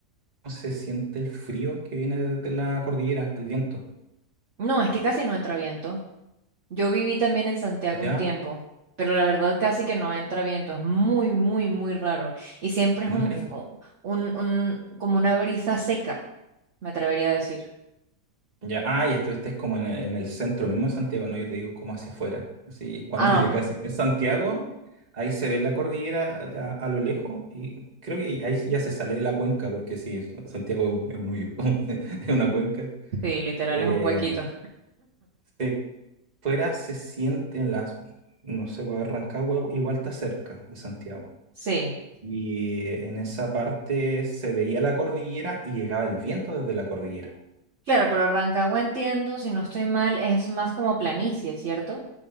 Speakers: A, on the right (about 25°); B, on the right (about 50°).
A: no se siente el frío que viene de de la cordillera, el viento.
B: No, es que casi no entra viento. Yo viví también en Santiago
A: ¿Ya?
B: un tiempo, pero la verdad casi que no entra viento, es muy, muy, muy raro. Y siempre
A: No
B: es un,
A: entiendo.
B: o- un, un- como una brisa seca, me atrevería a decir.
A: Ya, ah, ya estuviste como en el, en el centro mismo de Santiago, no, yo te digo como hacia afuera. Así, cuando
B: Ah,
A: ya
B: ok.
A: casi en Santiago, ahí se ve la cordillera a, a- a lo lejos y creo que ahí ya se sale de la cuenca, porque sí, Santiago es un hoyo, <laughs> es una cuenca.
B: Sí, literal
A: Eh,
B: es un huequito.
A: si fuera se siente en las, no sé, voy a Rancagua igual está cerca de Santiago.
B: Sí,
A: Y en esa parte se veía la cordillera y llegaba el viento desde la cordillera.
B: claro, pero Rancagua entiendo, si no estoy mal, es más como planicie, ¿cierto?